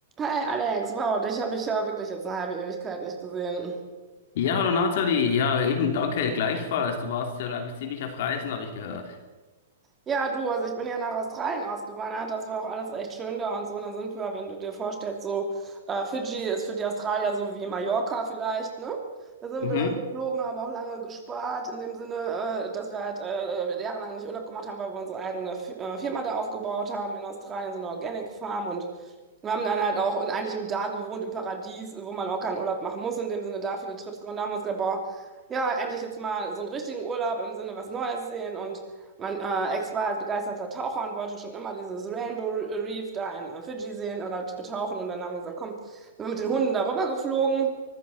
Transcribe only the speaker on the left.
Ja, hallo Nathalie. Ja, eben, danke, gleichfalls. Du warst ja, glaube ich, ziemlich auf Reisen, habe ich gehört.
Mhm.